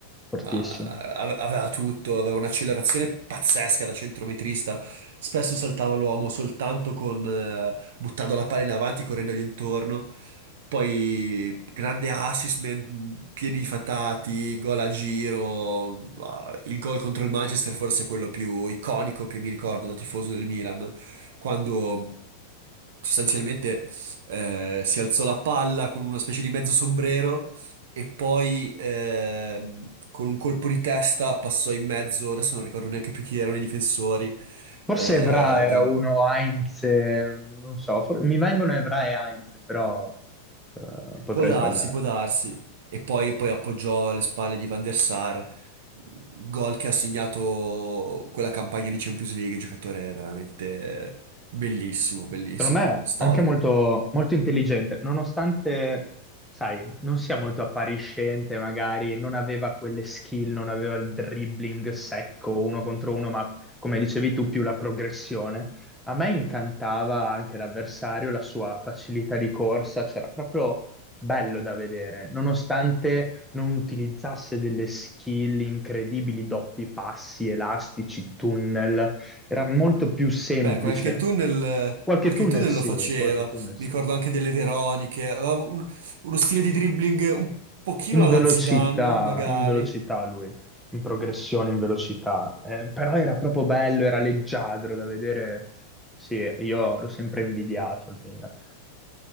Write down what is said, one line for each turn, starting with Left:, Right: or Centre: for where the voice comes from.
Centre: fortissimo.
Right: ma- ave- aveva tutto, aveva un'accelerazione pazzesca da centrometrista, spesso saltava l'uomo soltanto con... eh, buttando la palla in avanti, correndogli intorno. Poi grande assist, men- piedi fatati, gol a giro, ah, il gol contro il Manchester forse è quello più iconico che mi ricordo da tifoso del Milan, quando sostanzialmente eh, si alzò la palla con una specie di mezzo sombrero e poi ehm, con un colpo di testa passò in mezzo, adesso non ricordo neanche più chi erano i difensori,
Centre: Forse
Right: eh,
Centre: Evra era
Right: del-
Centre: uno, Heinz, eh, non so, for- mi vengono Evra e Heinz, però... Eh, potrei
Right: può darsi,
Centre: sbagliare.
Right: può darsi, e poi, poi appoggiò alle spalle di Van der Sar, gol che ha segnato quella campagna di Champions League, giocatore veramente bellissimo, bellissimo,
Centre: Secondo me
Right: storico.
Centre: anche molto, molto intelligente, nonostante, sai, non sia molto appariscente, magari non aveva quelle skill, non aveva il dribbling secco uno contro uno, ma come dicevi tu, più la progressione. A me incantava anche l'avversario, la sua facilità di corsa, c'era proprio bello da vedere, nonostante non utilizzasse delle skill incredibili, doppi passi, elastici, tunnel era molto più semplice.
Right: Beh, qualche tunnel,
Centre: Qualche
Right: qualche
Centre: tunnel
Right: tunnel
Centre: sì,
Right: lo faceva,
Centre: qualche tunnel sì.
Right: mi ricordo anche delle Veroniche, aveva un- uno stile di dribbling un pochino
Centre: In
Right: alla
Centre: velocità,
Right: Zidane, magari.
Centre: in velocità lui, in progressione, in velocità. Eh, però era proprio bello, era leggiadro da vedere. Sì, io l'ho sempre invidiato il Milan.